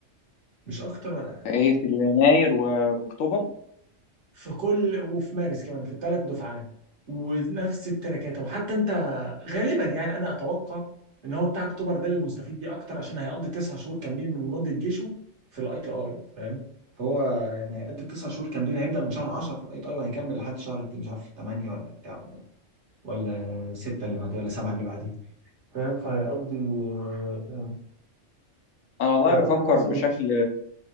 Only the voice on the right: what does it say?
مش اكتر ولا اقل
في كل وفي مارس كمان في الثلاث دفعات ونفس التراكات وحتى انت غالبا يعني انا اتوقع ان هو بتاع اكتوبر ده اللي مستفيد بيه اكتر عشان هيقضي تسع شهور كاملين من مده جيشه في الاي تي اي فاهم فهو يعني هيقضي تسع شهور كاملين هيبدا من شهر 10 في الاي تي اي وهيكمل لحد شهر مش عارف 8 ولا بتاع ولا ولا 6 اللي بعديه ولا 7 اللي بعديه فاهم فهيقضي آه، آه،
فهيقضي
معظم
الجيش